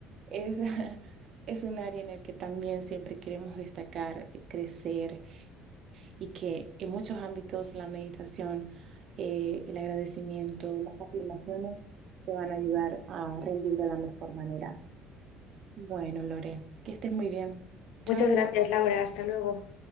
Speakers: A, on the right (about 50°); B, on the left (about 75°).
A: es, <laughs> es un área en el que también siempre queremos destacar, crecer y que en muchos ámbitos la meditación, eh, el agradecimiento, las afirmaciones te van a ayudar a rendir de la mejor manera. Bueno, Lore, que estés muy bien.
B: muchas
A: Chau.
B: gracias, Laura. Hasta luego.